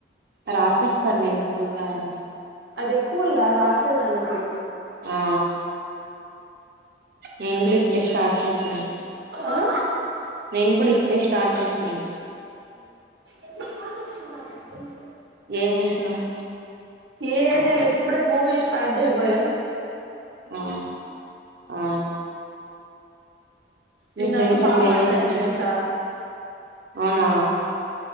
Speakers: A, on the right; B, on the right.
A: రాసిస్తాలే ఇంతసేపారేస్
B: అది కూల్లా రాసే అందుకి
A: ఆ నేను కూడా ఇప్పుడే స్టార్ట్ చేసింది
B: ఆ
A: నేను కూడా ఇప్పుడే స్టార్ట్ చేసింది
B: ఎనిమిది కాల్స్ వస్తుంటాయి దీంట్లో
A: ఏం చేస్తున్నావ్
B: ఏం చెయ్యాలా ఇప్పుడే మూవి స్టార్ట్ చెయ్యబోయాం
A: ఆ ఆ మీ
B: నిన్న
A: ఫ్రెండ్స్
B: అక్క బాగా
A: అంతా ఏం
B: మాట్లాడింది
A: చేస్తున్నారు
B: తెలుసా
A: అవునా